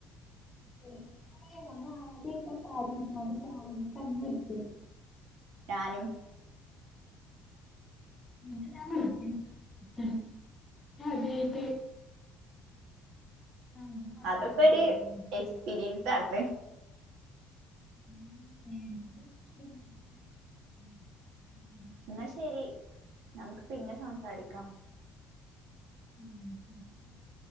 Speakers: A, on the left; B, on the right.
A: <unintelligible>
B: ഞാനും.
A: <unintelligible> ആ, ഞാൻ കുറച്ച്
B: അതൊക്കെ
A: വലുതായിട്ടുണ്ട്.
B: ഒരു എക്സ്പീരിയൻസ് ആണ്.
A: <unintelligible>
B: എന്നാ ശരി നമുക്ക് പിന്നെ സംസാരിക്കാം.
A: ഉം